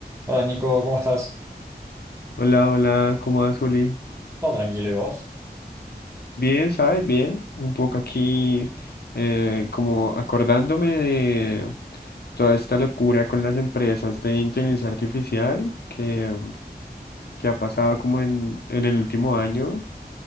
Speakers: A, on the right (about 15°); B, on the left (about 75°).
A: Hola Nico, ¿cómo estás?
B: Hola, hola, ¿cómo vas, Juli?
A: Todo tranquilo, ¿y vos?
B: Bien, ¿sabes? Bien. Un poco aquí eh, como acordándome de toda esta locura con las empresas de inteligencia artificial que, que ha pasado como en, en el último año.